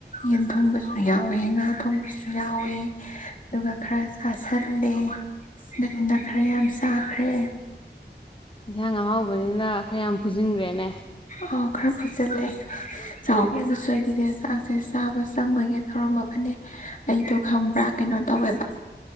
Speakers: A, on the left (about 45°); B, on the left (about 30°).
A: ꯌꯦꯟ ꯊꯣꯡꯕꯁꯨ ꯌꯥꯎꯋꯦ ꯉꯥ ꯊꯣꯡꯕꯁꯨ ꯌꯥꯎꯋꯦ ꯑꯗꯨꯒ ꯈꯔ ꯆ ꯁ ꯈꯜꯂꯦ ꯑꯗꯨꯗꯨꯅ ꯈꯔ ꯌꯥꯝ ꯆꯥꯈ꯭ꯔꯦ
B: ꯏꯟꯁꯥꯡ ꯑꯍꯥꯎꯕꯅꯤꯅ ꯈꯔ ꯌꯥꯝ ꯐꯨꯖꯤꯟꯈ꯭ꯔꯦꯅꯦ
A: ꯑꯥꯎ ꯈꯔ ꯐꯨꯖꯜꯂꯦ ꯆꯥꯎꯋꯦ ꯑꯗꯨꯁꯨ ꯑꯩꯗꯤꯅꯦ ꯆꯥꯛꯁꯦ ꯆꯥꯕ ꯆꯪꯕꯒꯦ ꯇꯧꯔꯝꯃꯕꯅꯦ ꯑꯩꯗꯣ ꯈꯪꯕ꯭ꯔꯥ ꯀꯩꯅꯣ ꯇꯧꯋꯦꯕ